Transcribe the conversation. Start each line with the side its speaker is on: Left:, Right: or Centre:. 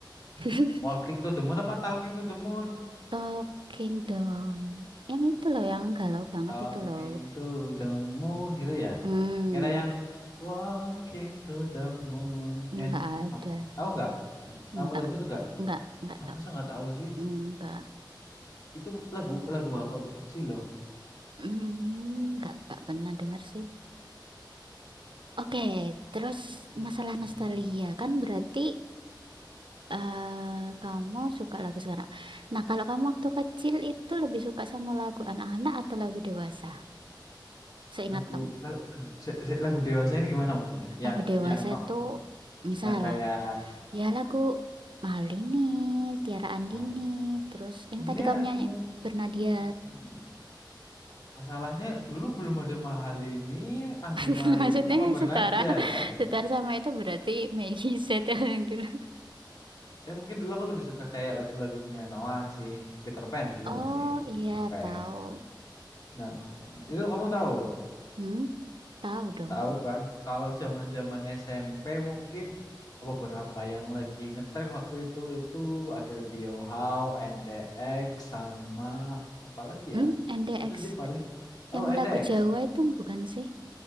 Right: <laughs>
Left: Walking to the Moon apa Talking to the Moon?
Right: Talking dong. Yang itu loh, yang galau banget
Left: Talking
Right: itu loh.
Left: to the Moon gitu ya.
Right: Hmm,
Left: Kira yang Walking to the Moon
Right: nggak
Left: and
Right: ada.
Left: ap- tahu nggak? Tahu
Right: Nggak,
Left: nggak lagu itu nggak?
Right: nggak, nggak
Left: Ah,
Right: tahu.
Left: masa nggak tahu sih?
Right: Hmm, Nggak,
Left: Itu lagu lagu waktu waktu kecil loh.
Right: hmm, nggak, nggak pernah dengar sih. Oke, terus
Left: Walking
Right: masalah nostalgia kan berarti eh, kamu suka lagu sekarang. Nah, kalau kamu waktu kecil itu lebih suka sama lagu anak-anak atau lagu dewasa? Seingat
Left: Lagu
Right: kamu,
Left: la- se- se- lagu dewasa ini gimana maksudnya? Yang
Right: lagu dewasa
Left: yang no,
Right: itu misal
Left: yang kayak
Right: ya lagu Malini, Tiara Andini,
Left: apa?
Right: terus yang
Left: Sebenarnya
Right: tadi kamu nyanyi
Left: mung-
Right: Bernadia.
Left: hmm, masalahnya dulu belum ada mahal ini Anggi
Right: <laughs>
Left: Marito
Right: Maksudnya
Left: sama Bernadja
Right: setara,
Left: ya.
Right: setara sama itu berarti Meggy Z <laughs> yang dulu.
Left: Ya mungkin dulu aku lebih suka kayak lagu-lagunya Noah sih. Peter Pan dulu
Right: Oh
Left: masih Peter
Right: iya
Left: Pan.
Right: tahu,
Left: Nah, itu kamu tahu
Right: hmm tahu dong,
Left: Tahu kan? Kalau zaman-zaman SMP mungkin beberapa yang lagi ngetren waktu itu itu ada Diohao, NDX sama apa lagi
Right: hmm
Left: ya?
Right: NDX.
Left: Itu sih paling. Tahu
Right: Yang lagu
Left: NDX?
Right: Jawa itu bukan sih?